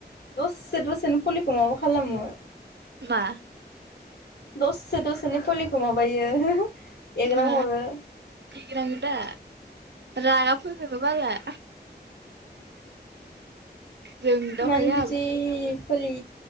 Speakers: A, on the left; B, on the right.
A: दसे दसेनो फलिखौ माबा खालामो।
B: मा?
A: दसे दसेनि फलिखौ माबायो एग्रां
B: मा
A: हरो
B: एग्राङोदा रागा फोजोङो बाला
A: <inaudible>
B: जोंदावखायो
A: मानो बिदि फलि